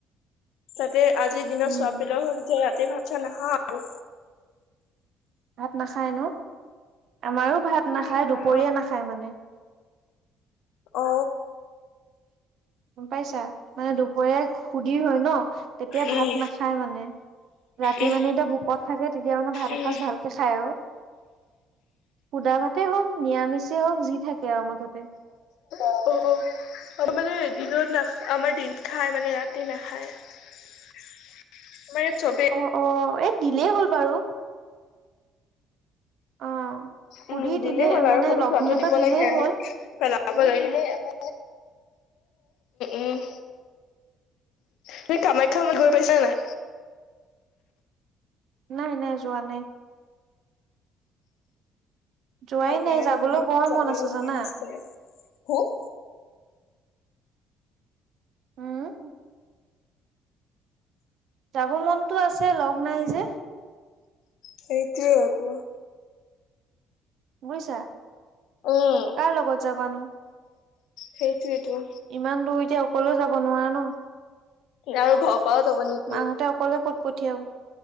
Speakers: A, on the left; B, on the right.
A: তাতে আজিৰ দিনত
B: উম
A: চোৱ পিলাও, হ'ল যেতি ৰাতি ভাত- চাত নাখাওঁ আৰু
B: ভাত নাখায় ন, আমাৰো ভাত
A: উহু
B: নাখায় দুপৰীয়া
A: নাখাওঁ।
B: নাখায় মানে।
A: অ,
B: গম পাইছা, মানে দুপৰীয়া সুধিৰ হয় ন। তেতিয়া
A: উম
B: ভাত নাখায় মানে, ৰাতি
A: উম
B: মানে এতিয়া ভোকত থাকে তেতিয়া মানে ভাত
A: উম
B: এসাঁজ ভাল খাই আৰু খোদা ভাতে হ'ওক নিৰামিষেই হ'ওক, যি থাকে আৰু মুঠতে
A: অ' অ, মানে দিনত না, আমাৰ দিন খায় মানে ৰাতি নাখায়। আমাৰ ইয়াত চবেই
B: অ, অ, এই দিলেই হ'ল বাৰু। অ সুধি
A: উম, দিলেই
B: দিলে
A: হ'ল
B: মানে
A: আৰু খালি
B: লঘোণ
A: খোৱাটো‌
B: এটা
A: দিব
B: দিলেই
A: লাগে, আৰু
B: হ'ল
A: পে <inaudible> উম, উম, তুমি কামাখ্যালে, গৈ পাইছা নাই।
B: নাই, নাই, যোৱা নাই। যোৱাই নাই
A: <inaudible>
B: যাবলৈ বৰ
A: যাবলৈ
B: আছে জানা
A: মন আছে। হয়,
B: উম, যাব মনতো আছেই, লগ নাই যে।
A: সেইটোয়েই আকৌ।
B: বুজিছা,
A: উম
B: কাৰ লগত যাবানো?
A: সেইটোৱেটো
B: ইমান দূৰ, এতিয়া অকলেও যাব নোৱাৰা ন।
A: আৰু ঘৰ পাই যাব নিদ
B: মা হঁতে, অকলে ক'ত পঠিয়াব।